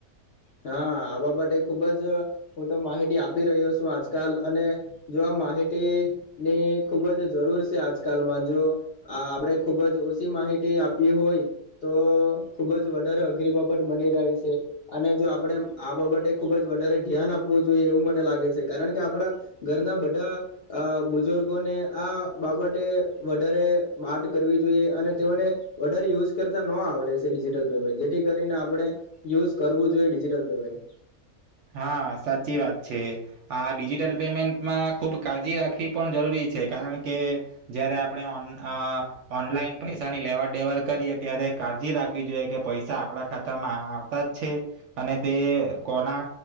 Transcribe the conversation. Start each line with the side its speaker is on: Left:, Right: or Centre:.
Left: હા આ બાબતે ખુબ જ મોટો માહિતી આપી રહ્યો છું આજકાલ અને જો આ માહિતીની ખુબ જ જરૂર છે આજકાલમાં જો આપણે ખુબ જ ઓછી માહિતી આપી હોય તો ખુબ જ વધારે અઘરી બાબત બની જાય છે અને જો આપણે આ બાબતે ખુબ જ વધારે ધ્યાન આપવું જોઈએ એવું મને લાગે છે કારણ કે આપણા ઘરના બધા બુજુર્ગોને આ બાબતે વધારે વાત કરવી જોઈએ અને તેઓને વધારે યુઝ કરતા ન આવડે છે ડિજિટલ પેમેન્ટ જેથી કરીને આપણે યુઝ કરવું જોઈએ ડિજિટલ પેમેન્ટ
Right: હા સાચી વાત છે આ ડિજિટલ પેમેન્ટમાં ખુબ કાળજી રાખવી પણ જરૂરી છે કારણ કે જયારે આપણે ઓન ઓનલાઈન પૈસાની લેવડ દેવડ કરીએ ત્યારે કાળજી રાખવી જોઈએ કે પૈસા આપણા ખાતામાં આવતા જ છે અને તે કો કોના